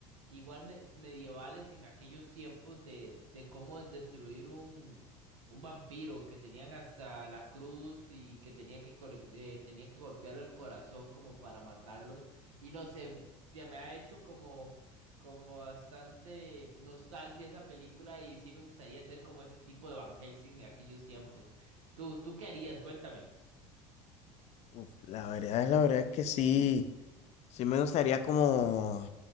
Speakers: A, on the right; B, on the left.
A: igual me- medievales en aquellos tiempos de, de cómo destruir un, un vampiro que tenían hasta la cruz y que tenía que, corre- eh, tenía que golpearlo el corazón como para matarlos. Y no sé, se me ha hecho como... Como bastante nostalgia esa película y sí me gustaría ser como ese tipo de Van Helsing en aquellos tiempos. ¿Tú, tú qué harías? Cuéntame.
B: Uf, la verdad es la verdad es que sí, sí me gustaría como